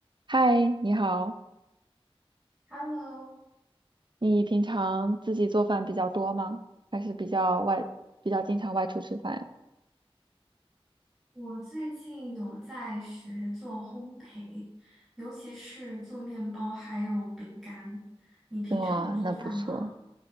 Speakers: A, on the right; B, in the centre.
A: 嗨，你好，
B: Hello，
A: 你平常自己做饭比较多吗？还是比较外，比较经常外出吃饭呀？
B: 我最近有在学做烘焙，尤其是做面包还有饼干。你平常有做饭吗？
A: 哇，那不错。